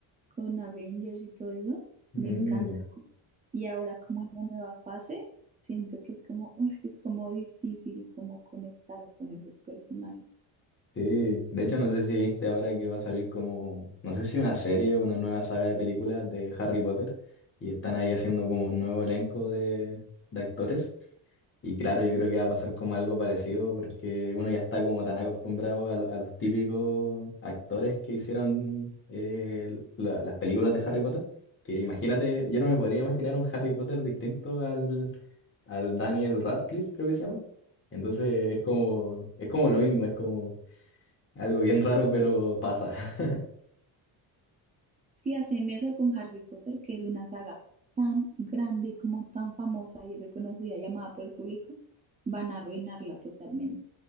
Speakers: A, on the right (about 20°); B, on the left (about 25°).
A: con Avengers y todo eso,
B: mm,
A: me encanta. Y ahora como en la nueva fase. Siento que es como, uf, es como difícil como conectar con esos personajes.
B: sí. De hecho, no sé si viste ahora que va a salir como, no sé si una serie o una nueva saga de películas de Harry Potter y están ahí haciendo como un nuevo elenco de, de actores Y claro, yo creo que va a pasar como algo parecido porque uno ya está como tan acostumbrado a, lo- a los típicos actores que hicieron eh, la- las películas de Harry Potter, que imagínate, yo no me podría imaginar un Harry Potter distinto al, al Daniel Radcliffe, creo que se llama. Entonces es como, es como lo mismo, es como algo bien raro, pero pasa. <laughs>
A: Si hacen eso con Harry Potter, que es una saga tan grande y como tan famosa y reconocida, llamada por el público, van a arruinarla totalmente.